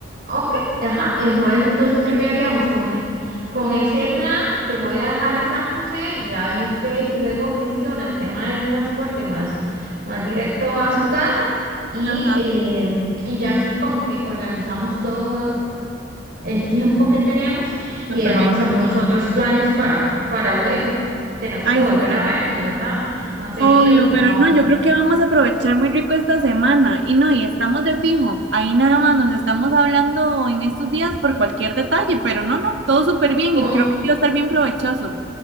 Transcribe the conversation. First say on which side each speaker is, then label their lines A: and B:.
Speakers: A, on the right; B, on the right.
A: Ok, ajá, el jueves entonces
B: Súper
A: ya quedaríamos
B: bien.
A: con, e- con ese plan. Te voy a dejar a San José, ya ahí usted luego gestiona el tema del transporte más, más directo a su casa y,
B: Ajá,
A: eh, y ya así como que organizamos todo el tiempo que tenemos
B: súper
A: y dejamos
B: bien.
A: algunos otros planes para, para luego. Tenemos
B: Ay,
A: que volver
B: sí, sí.
A: a vernos, ¿verdad? Más seguido
B: Obvio,
A: y que
B: pero
A: no,
B: no, yo creo que vamos a aprovechar muy rico esta semana. Y no, y estamos de fijo. Ahí nada más nos estamos hablando en estos días por cualquier detalle, pero no, no, todo súper bien
A: como...
B: y creo que sí va a estar bien provechoso.